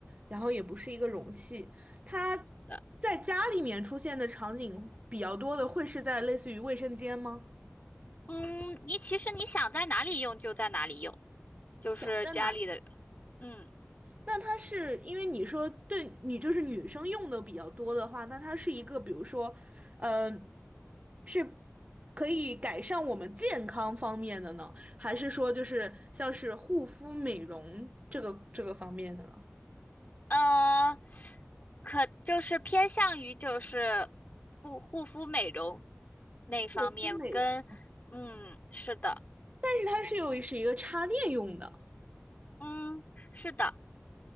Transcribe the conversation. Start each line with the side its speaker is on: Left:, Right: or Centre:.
Right: 然后也不是一个容器。它
Left: 的。
Right: 在家里面出现的场景比较多的，会是在类似于卫生间吗？
Left: 嗯，你其实你想在哪里用就在哪里用，就是家里的，
Right: 想在哪里？
Left: 嗯，
Right: 那它是因为你说对你就是女生用的比较多的话，那它是一个比如说，呃，是可以改善我们健康方面的呢，还是说就是像是护肤美容这个这个方面的呢？
Left: 呃，可就是偏向于就是护护肤美容那方面跟，
Right: 护肤美容，
Left: 嗯，是的，
Right: 但是它是有是一个插电用的。
Left: 嗯，是的，